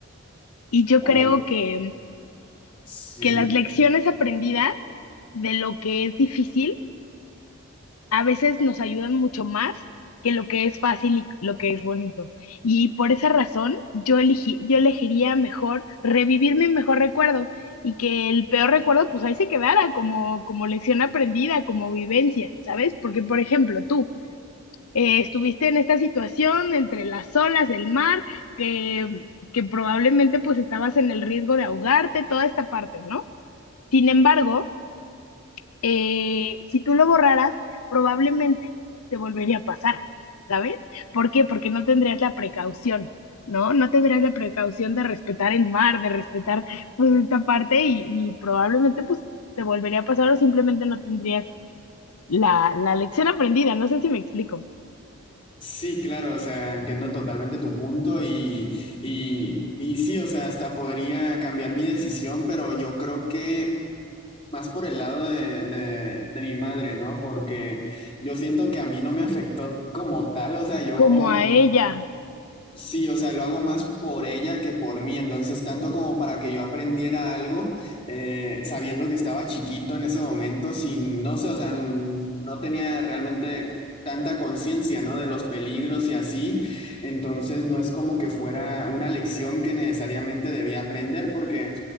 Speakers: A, on the left; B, on the left.
A: Y yo
B: Ok.
A: creo que,
B: Sí.
A: que las lecciones aprendidas de lo que es difícil a veces nos ayudan mucho más que lo que es fácil y lo que es bonito. Y por esa razón, yo elegí, yo elegiría mejor revivir mi mejor recuerdo y que el peor recuerdo, pues ahí se quedara como, como lección aprendida, como vivencia, ¿sabes? Porque, por ejemplo, tú. eh, estuviste en esta situación entre las olas del mar, que, que probablemente pues estabas en el riesgo de ahogarte, toda esta parte, ¿no? Sin embargo, eh, si tú lo borraras, probablemente te volvería a pasar, ¿sabes? ¿Por qué? Porque no tendrías la precaución. ¿No? No tendrías la precaución de respetar el mar, de respetar pues esta parte y, y probablemente pues te volvería a pasar o simplemente no tendrías la, la lección aprendida. No sé si me explico.
B: Sí, claro, o sea, entiendo totalmente tu punto y, y, y sí, o sea, hasta podría cambiar mi decisión, pero yo creo que Más por el lado de, de, de mi madre, ¿no? Porque yo siento que a mí no me afectó como tal, o sea, yo
A: Como a ella,
B: Sí, o sea, lo hago más por ella que por mí, entonces tanto como para que yo aprendiera algo, eh, sabiendo que estaba chiquito en ese momento, sin, no sé, o sea, n- no tenía realmente tanta conciencia, ¿no? De los peligros y así, entonces no es como que fuera una lección que necesariamente debía aprender porque